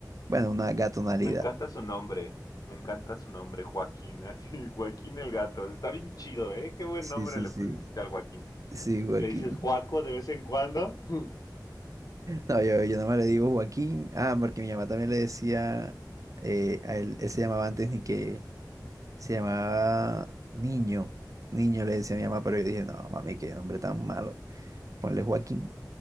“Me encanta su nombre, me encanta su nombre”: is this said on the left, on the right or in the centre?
Left